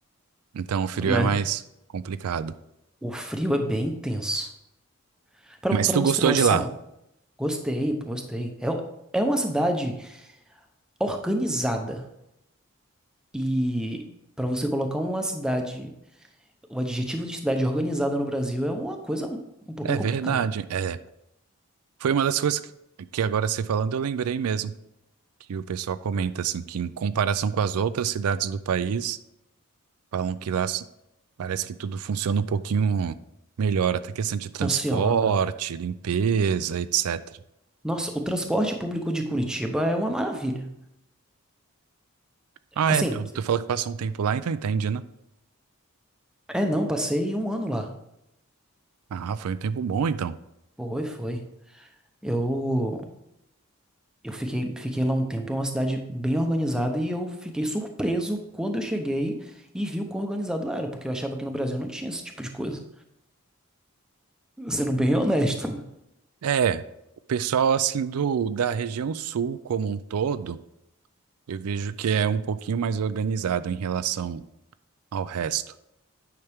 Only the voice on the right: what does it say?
Então o frio
é mais complicado.
Mas
tu
gostou
de lá?
É
verdade. É, foi uma das coisas que, que agora você falando, eu lembrei mesmo. Que o pessoal comenta, assim, que em comparação com as outras cidades do país. Falam que lá s- parece que tudo funciona um pouquinho melhor, até questão de transporte,
limpeza, etc.
Ah,
é, tu, tu falou que passou um tempo lá, então entende, né?
Ah, foi um tempo bom, então.
É, o pessoal, assim, do, da região sul como um todo, eu vejo que é um pouquinho mais organizado em relação ao resto.